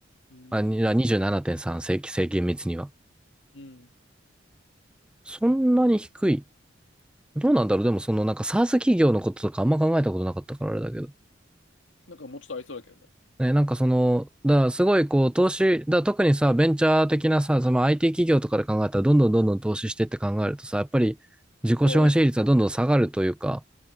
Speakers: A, on the left; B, in the centre.
A: うん。
B: あ、にあ27.3、正規、正規密には。
A: うん。
B: そんなに低い。どうなんだろうでもそのなんか SaaS 企業のこととかあんま考えたことなかったからあれだけど。
A: なんかもうちょっとありそうだけどね。
B: ね、なんかその、だからすごいこう投資、だから特にさ、ベンチャー的なさ、その IT 企業とかで考えたら、どんどんどんどん投資してって考えるとさ、やっぱり自己資本比率はどんどん下がるというか、
A: 人は多いはず。